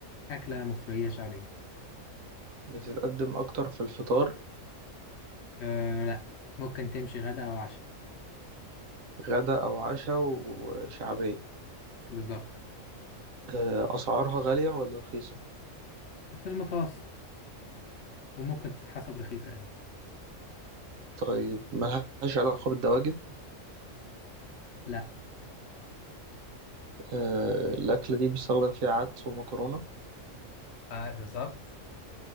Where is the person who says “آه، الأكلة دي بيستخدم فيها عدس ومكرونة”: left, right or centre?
Right